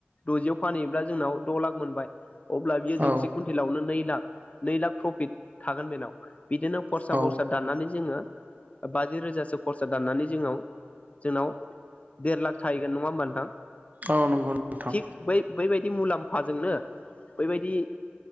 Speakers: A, on the left; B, on the right.
A: द'जियाव फानहैयोब्ला जोंनाव द' लाख मोनबाय। अब्ला बियो जौसे
B: औ
A: कुवइन्टेलावनो नै लाख। नै लाख प्रफिट थागोन बेनाव। बिदिनो खरसा
B: औ
A: बरसा दाननानै जोङो बाजि रोजासो खरसा दाननानै जोंनाव जोंनाव देर लाख थाहैगोन नङा होमबा नोंथां?
B: औ नंगौ नोंथां
A: थिग बै-बै बाय दि मुलाम्फाजोंनो बेैबायदि